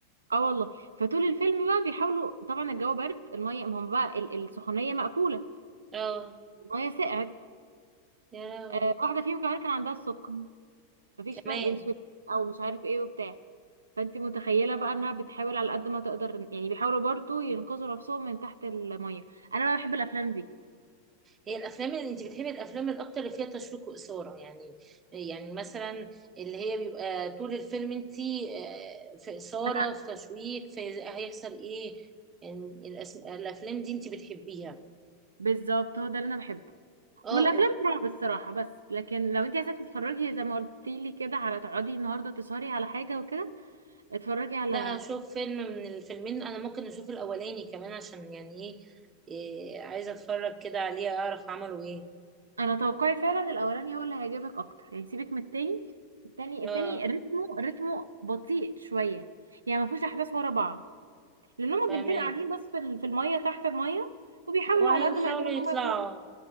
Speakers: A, on the right; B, on the right.
A: اه والله فطول الفيلم بقى بيحاولوا طبعا الجو برد الميه ما هم بقى ال- السخونيه مقفوله
B: اه
A: الميه سقعت
B: يا لهوي
A: آه واحده فيهم كمان كان عندها السكر مفيش
B: كمان
A: بقى الانسولين او مش عارف ايه وبتاع فانت متخيله بقى انها بتحاول على قد ما تقدر يعني بيحاولوا برضو ينقذوا نفسهم من تحت الميه انا بقى بحب الافلام دي
B: هي الافلام اللي انت بتحبي الافلام الاكتر اللي فيها تشويق واثاره يعني يعني مثلا اللي هي بيبقى طول الفيلم انت آه، في اثاره
A: انا
B: في تشويق في هيحصل ايه يعني الأس- الافلام دي انت بتحبيها
A: بالظبط هو ده اللي انا بحبه
B: اه
A: والافلام
B: و...
A: الرعب الصراحه بس لكن لو انت عايزه تتفرجي زي ما قلتي لي كده على تقعدي النهارده تسهري على حاجه وكده اتفرجي على
B: لا اشوف فيلم من الفيلمين انا ممكن اشوف الاولاني كمان عشان يعني ايه إيه، عايزه اتفرج كده عليه اعرف عملوا ايه
A: انا توقعي فعلا الاولاني هو اللي هيعجبك اكتر يعني سيبك من التاني التاني
B: اه
A: التاني رتمه رتمه بطيء شويه يعني ما فيهوش احداث ورا بعض لان هما
B: فاهمك
A: بنتين قاعدين بس في ال- في الميه تحت الميه وبيحاولوا
B: وهيحاولوا
A: على قد ما يقدروا ان
B: يطلعوا
A: هما يخرجوا